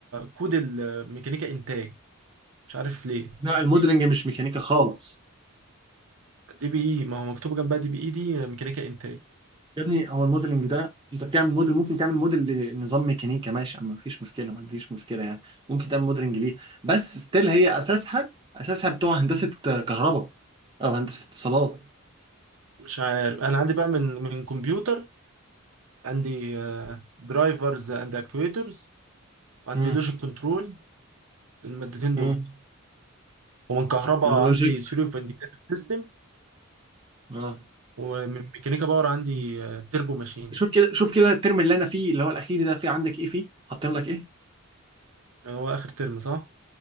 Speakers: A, on the right; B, on the right.
A: كود الميكانيكا انتاج مش عارف ليه
B: لا الموديلنج مش ميكانيكا خالص
A: دي بي اي ما هو مكتوب جنبها دي بي اي دي ميكانيكا انتاج
B: يا ابني هو الموديلنج ده انت بتعمل موديل ممكن تعمل موديل لنظام ميكانيكا ماشي اما مفيش مشكله ما فيش مشكله يعني ممكن تعمل موديلنج ليه بس ستيل هي اساسها اساسها بتوع هندسه كهرباء او هندسه اتصالات
A: مش عارف انا عندي بقى من من كمبيوتر عندي درايفرز اند اكتويترز وعندي
B: امم
A: لوجيك كنترول المادتين
B: امم
A: دول ومن كهرباء
B: لوجيك
A: عندي ثيوري اوف انديكيتور
B: اه
A: ومن ميكانيكا باور عندي آه، تربو ماشين
B: شوف كده شوف كده الترم اللي انا فيه اللي هو الاخير ده في عندك ايه فيه حاطين لك ايه
A: هو آخر ترم صح؟